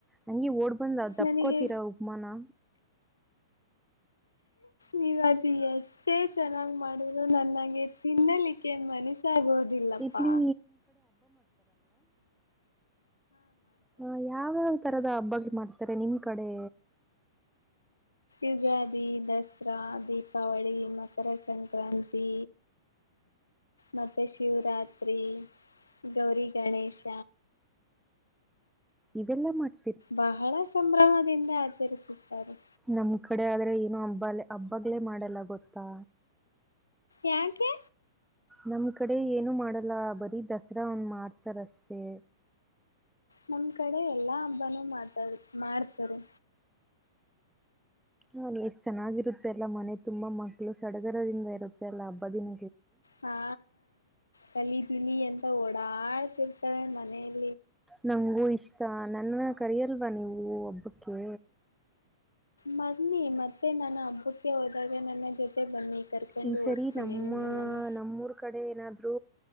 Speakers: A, in the centre; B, on the left.
A: ಹಂಗಿ ಓಡ್ ನಾನ್ ದಪ್ಕೊತೀರೋ
B: ನನಗೆ
A: ಉಪ್ಮಾ ನಾ
B: ನೀವ ಅದು ಎಷ್ಟೇ ಚೆನ್ನಾಗಿ ಮಾಡುದರು ನನ್ನಂಗೆ ತಿನ್ನಲಿಕ್ಕೆ ಏನ್ ಮನಸಗೋದಿಲ್ಲಪ್ಪಾ
A: ಇಡ್ಲಿ ಹ ಯಾವ್ಯಾವ ತರದ ಹಬ್ಬ ಮಾಡ್ತಾರೆ ನಿಮ್ ಕಡೆ
B: ಉಗಾದಿ ತ್ರ ದೀಪಾವಳಿ ಮಕರ ಸಂಕ್ರಾಂತಿ ಮತ್ತೆ ಶಿವರಾತ್ರಿ ಗೌರಿ ಗಣೇಶ
A: ಇದೆಲ್ಲಾ ಮಾಡ್
B: ಬಹಳ ಸಂಭ್ರಮದಿಂದ ಆಚರಿಸುತ್ತ ಸರಿ
A: ನಮ್ ಕಡೆ ಆದ್ರೆ ಏನ ಹಬ್ಬ ಹಬ್ಬಾಗ್ಲೇ ಮಾಡಲ್ಲ ಗೊತ್ತಾ
B: ಯಾಕೆ
A: ನಮ್ ಕಡೆ ಏನು ಮಾಡಲ್ಲ ಬರೀ ದಸರಾ ಒಂದ ಮಾಡ್ತಾರಷ್ಟೇ
B: ನಮ್ ಕಡೆ ಎಲ್ಲಾ ಹಬ್ಬ ಮಾತಾಡ್ ಮಾಡ್ತಾರೆ
A: ಹಾ ಎಷ್ಟ್ ಚೆನ್ನಾಗಿರುತ್ತೆಲ್ಲ ಮನೆ ತುಂಬಾ ಮಕ್ಳು ಸಡಗರದಿಂದ ಇರುತ್ತೆ ಅಲ್ಲಾ ಹಬ್ಬದಿನ
B: ಹಾ ಕಲಿದ್ದಲಿ ಓಡಾಡ್ತಿರ್ತವೆ ಮನೇಲ್
A: ನಂಗಂಗು ಇಷ್ಟ ನನ್ನ ಕರಿಯಲ್ವಾ ನೀವು ಹಬ್ಬಕ್ಕೆ
B: ಬನ್ನಿ ಮತ್ತೆ ನಾ ನ ಹಬ್ಬಕ್ಕೆ ಹೋದಾಗೆ ನನ್ನ ಜೊತೆ ಬನ್ನಿ ಕರ್ಕೊಂಡು
A: ಈ
B: ಹೋಗ್ತೇನೆ
A: ಸರಿ ನಮ್ಮ
B: ನಿಮ್ಮನ್ನನು
A: ನಮ್ಮೂರ್ ಕಡೆ ಏನಾದ